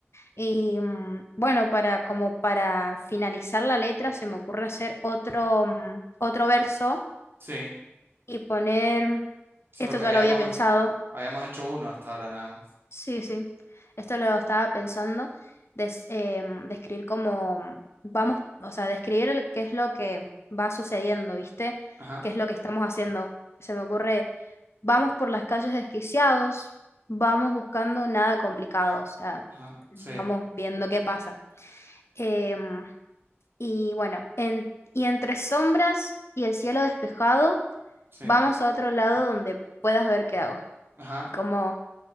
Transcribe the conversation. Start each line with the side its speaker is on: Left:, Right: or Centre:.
Left: Y mm, bueno, para como para finalizar la letra se me ocurre hacer otro mm, otro verso
Right: Sí.
Left: y poner
Right: Sí,
Left: esto
Right: porque
Left: ya
Right: habíamos,
Left: lo había pensado,
Right: habíamos hecho uno hasta ahora nada más.
Left: Sí, sí. Esto lo estaba pensando, des- em, describir cómo vamos, o sea, describir el- qué es lo que va sucediendo, ¿viste?
Right: Ajá,
Left: ¿Qué es lo que estamos haciendo? Se me ocurre, vamos por las calles desquiciados, vamos buscando nada complicado, o sea,
Right: ajá,
Left: vamos
Right: sí,
Left: viendo qué pasa. Em, y bueno, en- y entre sombras y el cielo despejado,
Right: sí,
Left: vamos a otro lado donde puedas ver qué hago.
Right: ajá.
Left: Como